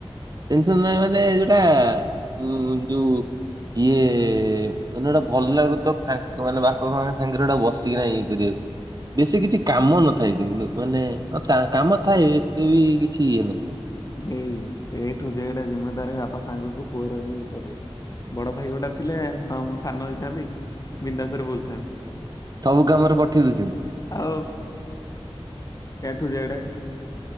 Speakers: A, on the right (about 40°); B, on the left (about 35°).
A: ଟେନସନ୍ ନାହିଁ ମାନେ ଯୋଉଟା ଉ ଯୋଉ ଇଏ ମାନେ ଗୋଟେ ଭଲ ଲାଗୁ ଥିବ। ଫାଙ୍କ ମାନେ ବାପ ମା ସାଙ୍ଗରେ ଗୋଟେ ବସିକିନା ଇଏ କରିବାକୁ। ବେଶୀ କିଛି କାମ ନଥାଏ କିନ୍ତୁ, ମାନେ ଅ କାମ ଥାଏ ଏତେ ବି କିଛି ଇଏ ନଥାଏ।
B: ଏଇ ଏ ଠୁ ଜେଡ୍ ଜିମେଦାରି ବାପା ସାଙ୍ଗକୁ ପୁଅର ବି ପଡିବ। ବଡ ଭାଇ ଗୋଟେ ଥିଲେ, ହଁ ମୁଁ ସାନ ହେଇଥାନ୍ତି ବିନ୍ଦାସରେ ବୁଲୁଥାନ୍ତି।
A: ସବୁ କାମରେ ପଠେଇ ଦଉଛନ୍ତି।
B: ଆଉ ଏ ଠୁ ଜେଡ